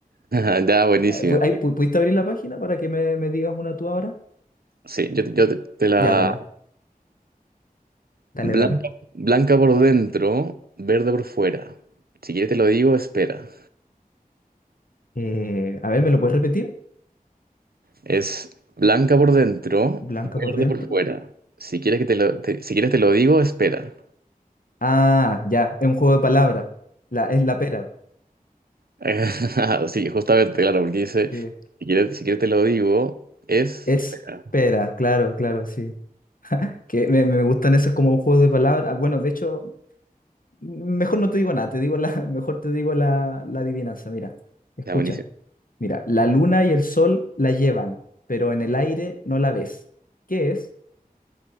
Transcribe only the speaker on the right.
<laughs> Ya, buenísima.
Sí, yo, te- yo te, te la...
Blanca,
blanca por dentro, verde por fuera. Si quieres te lo digo, espera.
Es blanca por dentro,
verde
por fuera. Si quieres que te lo, te- si quieres te lo digo, espera.
<laughs> Sí, justamente, claro, porque dice,
si quieres, si quieres te lo digo, es...
Espera.
Ya, buenísimo.